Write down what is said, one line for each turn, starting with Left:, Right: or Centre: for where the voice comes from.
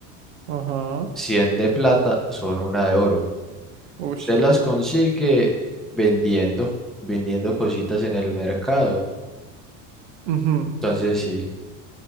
Right: Ajá.
Centre: cien de plata son una de oro.
Right: Ush.
Centre: Usted las consigue vendiendo, vendiendo cositas en el mercado.
Right: Ujú.
Centre: Entonces sí,